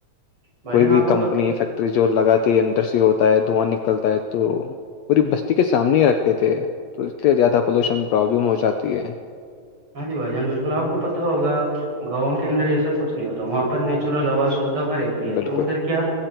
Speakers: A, on the right (about 40°); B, on the left (about 70°).
A: بھائی
B: کوئی
A: جان
B: بھی
A: آپ کو
B: کم
A: پتا
B: فیکٹری جو لگاتی ہے انڈسٹری ہوتا ہے دھواں نکلتا ہے تو پوری بستی کے سامنے ہی رکھتے تھے تو اس لیے زیادہ پولوشن پرابلم ہو جاتی ہے
A: ہاں جی بھائی جان بالکل آپ کو پت ہوگا گاؤں کے اندر ایسا کچھ نہیں ہوتا وہاں پر نیچرل ہواز شھ ہوا رہتی ہے
B: بالکل
A: تو ادھر کیا